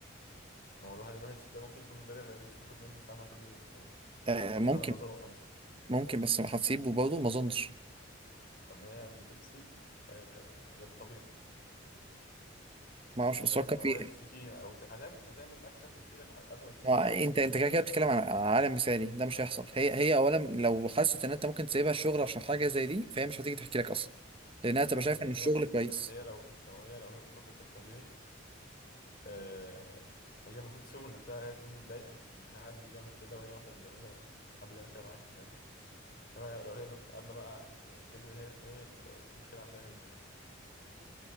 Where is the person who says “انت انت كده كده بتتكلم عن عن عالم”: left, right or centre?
Right